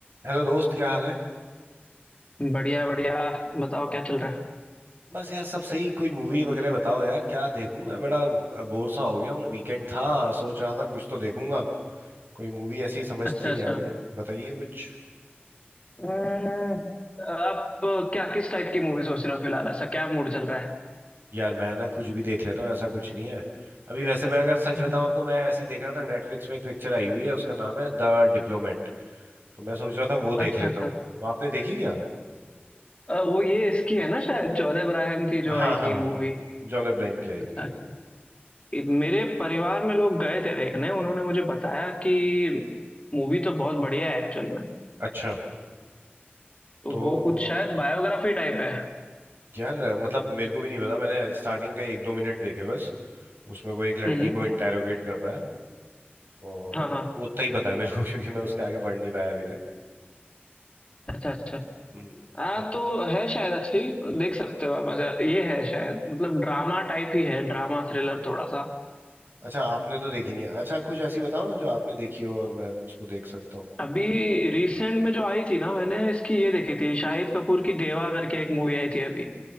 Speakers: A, on the right; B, on the left.
A: Hello दोस्त क्या हाल है
B: बढ़िया बढ़िया बताओ क्या चल रहा है
A: बस यार सब सही कोई मूवी वगैरह बताओ यार क्या देखूं मैं बड़ा बोर सा हो गया हूँ वीकेंड था सोच रहा था कुछ तो देखूंगा कोई मूवी ऐसी समझती
B: अच्छा अच्छा
A: नहीं आ रही है बताइए कुछ
B: हम्म, आप क्या किस टाइप की मूवी सोच रहे हो फिलहाल ऐसा क्या मूड चल रहा है
A: यार मैं ना कुछ भी देख लेता हूँ ऐसा कुछ नहीं है अभी वैसे मैं अगर सच
B: हम्म,
A: बताऊं आपको मैं ऐसी देख रहा था नेटफ्लिक्स में एक पिक्चर आई हुई है उसका नाम है द डिप्लोमेट तो मैं सोच रहा था वो
B: अच्छा
A: देख लेता
B: अच्छा
A: हूँ
B: अच्छा
A: वो आपने देखी क्या
B: अ, वो ये इसकी है ना शायद जॉन अब्राहम की जो
A: हाँ
B: आई
A: हाँ
B: थी मूवी
A: जॉन अब्राहम की आई
B: अच्छा
A: हुई है
B: अच्छा इ- मेरे परिवार में लोग गए थे देखने उन्होंने मुझे बताया कि मूवी तो बहुत बढ़िया है एक्चुअल में
A: अच्छा
B: तो
A: तो
B: वो कुछ शायद बायोग्राफी टाइप है
A: यार मतलब मेरे को भी नहीं पता मैंने स्टार्टिंग का एक दो मिनट देखे बस उसमें वो एक लड़की
B: हम्म हम्म,
A: को इंटेरोगेट करता है और
B: हाँ हाँ
A: उतना ही पता है मेरे को <laughs> क्योंकि मैं उसके आगे बढ़ नहीं पाया अभी तक
B: अच्छा अच्छा
A: हम्म,
B: हाँ
A: आप
B: तो है शायद अच्छी देख सकते हो आप ऐसा ये है शायद मतलब ड्रामा टाइप ही है ड्रामा थ्रिलर थोड़ा सा
A: अच्छा आपने तो देखी नहीं है अच्छा कुछ ऐसी बताओ ना जो आपने देखी हो और मैं उसको देख सकता हूँ
B: अभी रिसेंट में जो आई थी ना मैंने इसकी ये देखी थी शाहिद कपूर की देवा करके एक मूवी आई थी अभी